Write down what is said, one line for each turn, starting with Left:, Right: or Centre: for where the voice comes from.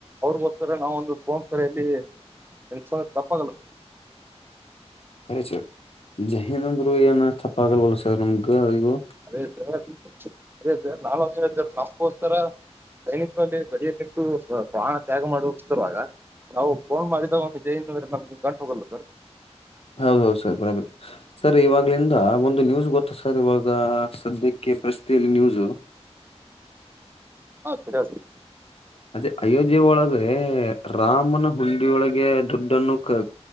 Right: ಅವ್ರಗೋಸ್ಕರ ನಾವ ಒಂದು <unintelligible> ಯಲ್ಲಿ ಪ್ಪ ತಪ್ಪಾಗಲ್ಲ
Left: ಕರೆ ಸರ್ ಜಹೀಿಂದ್ರಂದ್ರು ಏನ ತಪ್ಪ ಆಗಲ್ವಲ್ಲ ಸರ್ ನಮ್ಗ ಇವ
Right: ಅದೇ ಸರ್ ಅದೇ ಸರ್ <unintelligible> ನಮಗೋಸ್ತರ ಸೈನಿಕರಲ್ಲಿ ಬರಿಿಯಲ್ಲಿಟ್ಟು ಪ್ರಾಣ ತ್ಯಾಗ ಮಾಡು ಉತ್ತರುವಾಗ ನಾವು ಫೋನ್ ಮಾಡಿದಾಗ ಒಂದು <unintelligible> ನಮ್ಗೆ ಗಂಟು ಹೋಗಲ್ಲ ಸರ್
Left: ಹೌದ ಹೌದು ಸರ್ ಬರಬರಿ ಸರ್ ಇವಾಗ್ಲಿಂದ ಒಂದು ನ್ಯೂಸ್ ಗೊತ್ತ ಸರ್ ಇವಾಗ ಈಗ ಸದ್ಯಕ್ಕೆ ಪ್ರಶ್ತಲ್ಲಿ ನ್ಯೂಸು
Right: ಹ ಸರಿ ಓಕೆ
Left: ಅದೇ ಅಯೋಧ್ಯ ಒಳಗ ರಾಮನ ಹುಂಡಿಯೊಳಗೆ ದುಡ್ಡನ್ನು ಕ